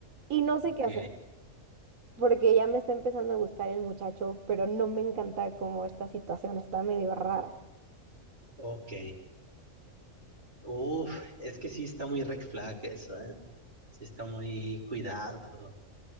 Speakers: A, on the right; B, on the right.
A: Y no
B: ok,
A: sé qué hacer, porque ya me está empezando a gustar el muchacho, pero no me encanta como esta situación está medio rara.
B: ok. Uf, es que sí está muy red flag eso, ¿eh? Sí está muy cuidado.